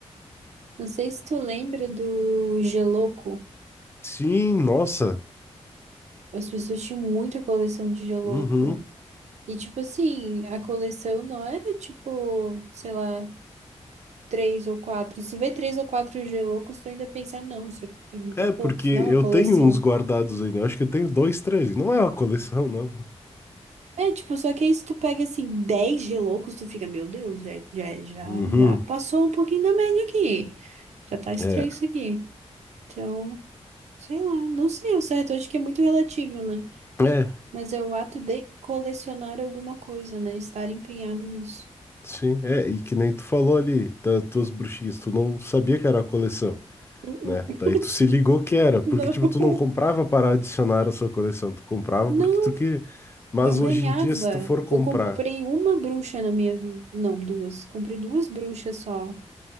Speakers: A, on the right (about 70°); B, on the left (about 20°).
A: não sei se tu lembra do Geloco.
B: Sim, nossa.
A: As pessoas tinham muita coleção de Geloco.
B: Uhum.
A: E, tipo assim, a coleção não era, tipo, sei lá. três ou quatro. Se tu vê três ou quatro G-Loucos, tu ainda pensa, não, isso é, é,
B: É,
A: é pouco,
B: porque
A: isso
B: eu
A: não é uma coleção.
B: tenho uns guardados ainda. Eu acho que eu tenho dois, três. Não é uma coleção, não.
A: É, tipo, só que aí se tu pega, assim, dez G-Loucos, tu fica, meu Deus, já, já, já,
B: Uhum.
A: já passou um pouquinho da média aqui. Já tá estranho
B: É.
A: isso aqui. Então, sei lá, não sei o certo, acho que é muito relativo, né?
B: É. é.
A: Mas é o ato de colecionar alguma coisa, né? Estar empenhado nisso.
B: Sim, é, e que nem tu falou ali das tuas bruxinhas, tu não sabia que era a coleção,
A: Uh-uh.
B: né? Daí tu se ligou que era, porque
A: <laughs> Não,
B: tipo, tu não comprava para adicionar a sua coleção, tu comprava
A: não.
B: porque tu queria. Mas
A: Eu ganhava.
B: hoje em dia, se tu for comprar,
A: Eu comprei uma bruxa na minha vida. Não, duas. Comprei duas bruxas só.